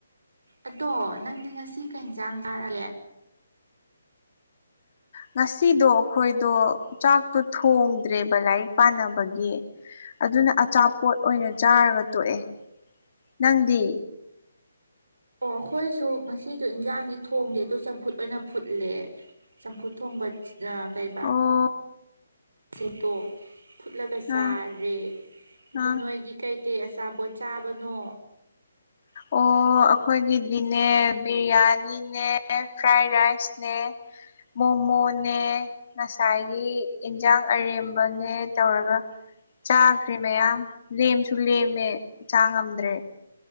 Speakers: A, on the right; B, on the left.
A: ꯑꯗꯣ ꯅꯪꯗꯤ ꯉꯁꯤ ꯀꯩ ꯏꯟꯁꯥꯡ ꯆꯥꯔꯦ꯫
B: ꯉꯁꯤꯗꯣ ꯑꯩꯈꯣꯏꯗꯣ ꯆꯥꯛꯇꯣ ꯊꯣꯡꯗ꯭ꯔꯦꯕ ꯂꯥꯏꯔꯤꯛ ꯄꯥꯅꯕꯒꯤ꯫ ꯑꯗꯨꯅ ꯑꯆꯥꯄꯣꯠ ꯑꯣꯏꯅ ꯆꯥꯔꯒ ꯇꯣꯛꯑꯦ ꯅꯪꯗꯤ
A: ꯑꯣ ꯑꯩꯈꯣꯏꯁꯨ ꯉꯁꯤꯗꯣ ꯏꯟꯖꯥꯡꯗꯤ ꯊꯣꯡꯗꯦ ꯑꯗꯨꯗ ꯆꯝꯐꯨꯠ ꯑꯣꯏꯅ ꯐꯨꯠꯂꯦ꯫ ꯆꯝꯐꯨ ꯊꯣꯡꯕ ꯀꯩꯕ
B: ꯑꯣ
A: ꯁꯦꯠꯇꯣꯛ ꯐꯨꯠꯂꯒ ꯆꯥꯔꯦ
B: ꯑꯥ
A: ꯑꯗꯨ
B: ꯑꯥ
A: ꯅꯣꯏꯒꯤ ꯀꯩꯀꯩ ꯑꯆꯥꯄꯣꯠ ꯆꯥꯕꯅꯣ? <inaudible>
B: ꯑꯣ ꯑꯩꯈꯣꯏꯒꯤꯗꯤꯅꯦ ꯕꯤꯔꯌꯥꯅꯤꯅꯦ ꯐ꯭ꯔꯥꯏ ꯔꯥꯏꯁꯅꯦ ꯃꯣꯃꯣꯅꯦ ꯉꯁꯥꯏꯒꯤ ꯏꯟꯁꯥꯡ ꯑꯔꯦꯝꯕꯅꯦ ꯇꯧꯔꯒ ꯆꯥꯈ꯭ꯔꯦ ꯃꯌꯥꯝ ꯂꯦꯝꯁꯨ ꯂꯦꯝꯃꯦ ꯆꯥꯉꯝꯗ꯭ꯔꯦ